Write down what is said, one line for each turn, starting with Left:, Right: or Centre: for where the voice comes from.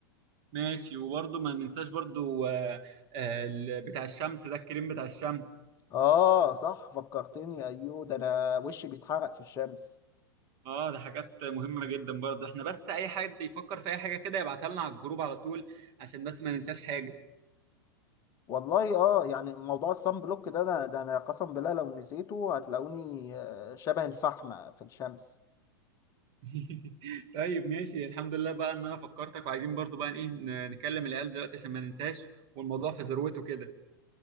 Right: ماشي وبرضه ما ننساش برضه آه، آه، ال- بتاع الشمس ده الكريم بتاع الشمس
Left: اه صح فكرتني ايوه ده انا وشي بيتحرق في الشمس
Right: اه ده حاجات مهمة جدا برضه احنا بس اي حد يفكر في اي حاجة كده يبعتها لنا على الجروب على طول عشان بس ما ننساش حاجة
Left: والله اه يعني موضوع الصن بلوك ده انا ده انا قسم بالله لو نسيته هتلاقوني آه، شبه الفحمة في الشمس
Right: <laughs> طيب ماشي الحمد لله بقى ان انا فكرتك وعايزين برضه بقى ايه ن- نكلم العيال دلوقتي عشان ما ننساش والموضوع في ذروته كده